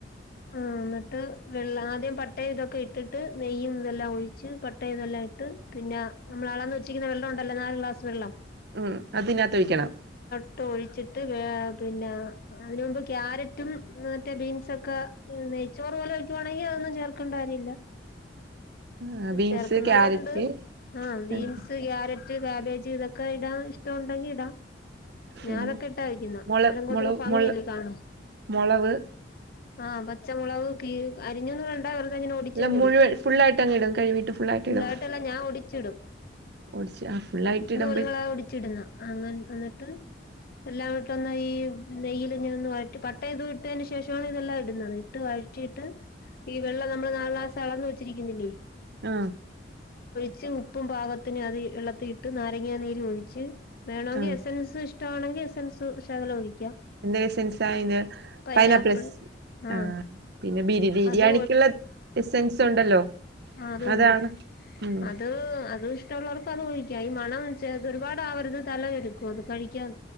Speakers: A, on the left (about 55°); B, on the right (about 65°).
A: ആഹ് ന്നട്ട് ആദ്യം പട്ടതൊക്കെ ഇട്ടിട്ട് നെയ്യും ഇതെല്ലാം ഒഴച്ച് പട്ടയതെല്ലാംട്ട് പിന്നെ നമ്മൾ അളന്നു വെച്ചിക്കുന്ന വെള്ളം ഉണ്ടല്ലോ നല് ഗ്ലാസ്‌ വെള്ളം
B: ഉം അത് ഇനാത്തൊയിക്കണം
A: ഇട്ട് ഒഴിച്ചിട്ട് പിന്നെ അതിന് മുമ്പ് കാരറ്റും മറ്റേ ബീമ്സൊക്കെ നെയ്ച്ചോറ് പോലെ വയ്ക്കുവാണെങ്കിൽ അതൊന്നും ചേർക്കേണ്ട കാര്യമല്ല
B: ആ ബീൻസ്
A: ചേർക്കുന്നൊരുണ്ട്
B: ക്യാരറ്റ്
A: ആഹ് ബീമ്സ്
B: ആ
A: കാരറ്റ് കാബേജ് ഇതോക്കെ ഇടാൻ ഇഷ്ട ഉണ്ടെങ്കിൽ ഇടാം
B: പിന്നെ
A: ഞാൻ ഒക്കെ ഇട്ട വയ്ക്കുന്നേ
B: മൊള
A: അന്നേരം കൊറച്ചൂട
B: മൊള
A: ഭംഗിയല്ലേ
B: മൊള
A: കാണൻ
B: മൊളവ്
A: ആഹ പച്ചമുളക് ഒക്കെ കി അരിഞ്ഞൊന്നും വേണ്ട വെറുതെ ഇങ്ങനെ ഒടിചങ്
B: അല്ല
A: ഇടും
B: മുഴുവൻ ഫുള്ളായിട്ട് അങ്ങ് ഇടും കഴുവിട്ട് ഫുള്ളായിട്ട്
A: ഫുള്ളായിട്ടല്ല
B: ഇടും
A: ഞാൻ ഒടിച്ചിടും
B: ഓടിച്ച് ആ ഫുള്ളായിട്ട് ഇടും
A: ങ്ങളാ ഓടിച്ചിടുന്നെ ആ ഇന്നട്ട് എല്ലായിട്ടൊന്ന ഈ നെയ്യിൽ ഇങ്ങെ ഒന്ന് വഴറ്റി പട്ടയൊക്കെ ഇട്ടതിന് ശേഷമാണ് ഇതെല്ലാം ഇടുന്നത് ഇട്ട് വഴറ്റി ട്ട് ഈ വെള്ളം നമ്മള് നാല്ഗ്ലാസ്‌ അളന്നു വെച്ചിരിക്കുന്നില്ലേ
B: ആ
A: ലേശം ഉപ്പും പാകത്തിന് അത് വെള്ളത്തിട്ട് നാരങ്ങ നീര് ഒഴിച്ച് വേണമെങ്കിൽ
B: ആ
A: എസൻസ് ഇഷോ ആണെങ്കിൽ എസൻസ് ശകലം ഒഴിക്കാം
B: എന്ത് എസൻ സായിൻ
A: പൈനാപ്പിൾ
B: പൈനാപ്പ്ൾ എസ്ൻസ്
A: ആഹ്
B: ആ പിന്നെ ബിരി ബിരിയാണിക്കുള്ള
A: അത്
B: എസൻസ് ഉണ്ടല്ലോ
A: ആ അതുണ്ട്
B: അതാണ് ഉം
A: അത് അത് മറ്റുള്ളവർക്ക് അത് കഴിക്കാം ഈ മണം ഒരുപാട് അവരുത് തലവെരുക്കും അത് കഴിക്കും